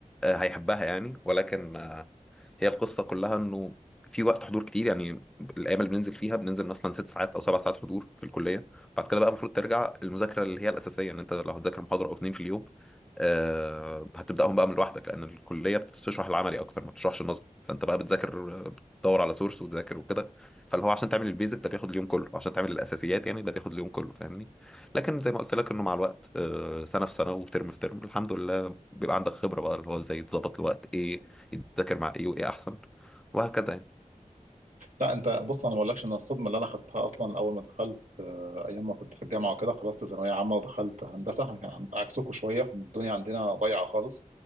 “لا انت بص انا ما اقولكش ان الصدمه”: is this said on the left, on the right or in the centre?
Right